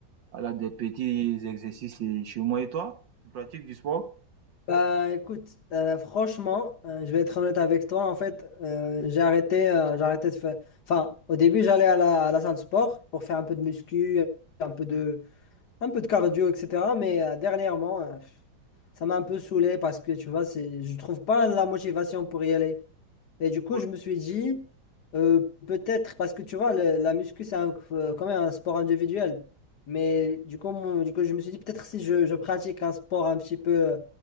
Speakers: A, on the right; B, on the left.
A: voilà, des petits exercices et- chez moi. Et toi? Tu pratiques du sport?
B: Bah écoute, euh, franchement, euh, je vais être honnête avec toi. En fait, euh, j'ai arrêté, euh, j'ai arrêté de faire. Enfin, au début, j'allais à la, à la salle de sport pour faire un peu de muscu, un peu de, un peu de cardio, etc. Mais euh, dernièrement, euh, ça m'a un peu saoulé parce que tu vois, c'est, je trouve pas la motivation pour y aller. Et du coup,
A: Oui,
B: je me suis dit, euh, peut-être, parce que tu vois, le- la muscu, c'est un- euh, quand même un sport individuel. Mais du coup, mon- du coup, je me suis dit, peut-être si je, je pratique un sport un petit peu euh,